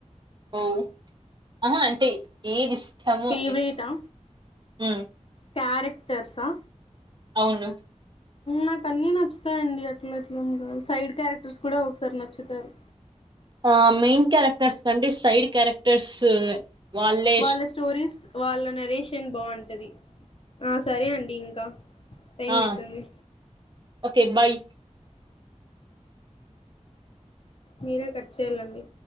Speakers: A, on the right; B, on the left.
A: ఉమ్ ఆహా అంటే ఏది ఇష్టము
B: ఫేవరెటా
A: అనేసి ఉ
B: క్యారెక్టర్సా
A: అవును
B: నాకాన్ని నచ్చుతాయిండి అట్లా అట్లం కాదు సైడ్ క్యారెక్టర్స్ కూడా ఒకసారి నచ్చుతారు
A: ఆ మెయిన్ క్యారెక్టర్స్ కంటే సైడ్ క్యారెక్టర్స్ వాళ్ళే
B: వాళ్ళ స్టోరీస్ వాళ్ళ నరేషన్ బాగుంటా ఆ సరే అండి ఇంకా టైమ్
A: ఆ
B: అయితుంది
A: ఓకే బాయ్
B: మీరే కట్ చేయాలండి